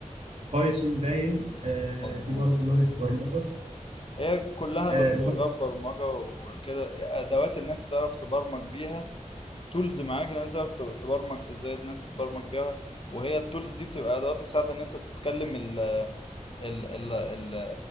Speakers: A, on the right; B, on the left.
A: بايثون باين آه
B: مظبوط
A: دي برضه لغه برمجه
B: هي كلها
A: آه
B: ل- لغات
A: بس
B: برمجة وكده أدوات إن أنت تعرف تبرمج بيها تولز معاك ان انت تعرف تبرمج ازاي ان انت تبرمج بيها وهي التولز دي بتبقى ادوات مساعده ان انت تتكلم ال ال ال ال